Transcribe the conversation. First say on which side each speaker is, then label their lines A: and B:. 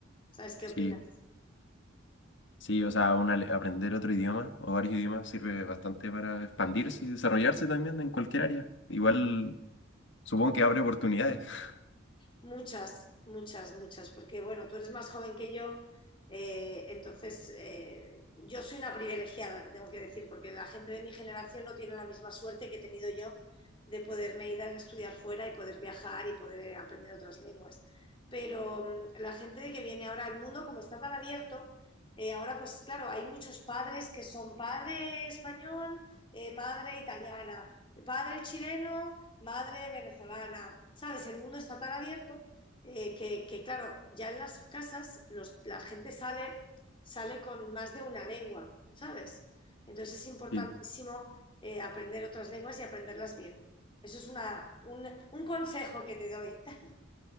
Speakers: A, on the left; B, on the left.
A: ¿Sabes qué
B: sí.
A: opinas?
B: Sí, o sea, una, le- aprender otro idioma o varios idiomas sirve bastante para expandirse y desarrollarse también en cualquier área. Igual supongo que abre oportunidades. <laughs>
A: Muchas, muchas, muchas, porque bueno, tú eres más joven que yo, eh, entonces eh, yo soy una privilegiada, te tengo que decir, porque la gente de mi generación no tiene la misma suerte que he tenido yo de poderme ir a estudiar fuera y poder viajar y poder aprender otras lenguas. Pero mm, la gente que viene ahora al mundo, como está tan abierto, eh, ahora pues claro, hay muchos padres que son padre español, eh, madre italiana, Padre chileno, madre venezolana, ¿sabes? El mundo está tan abierto eh, que, que, claro, ya en las casas los- la gente sale, sale con más de una lengua, ¿sabes? Entonces es importantísimo
B: Sí,
A: eh, aprender otras lenguas y aprenderlas bien. Eso es una, un, un consejo que te doy. <laughs>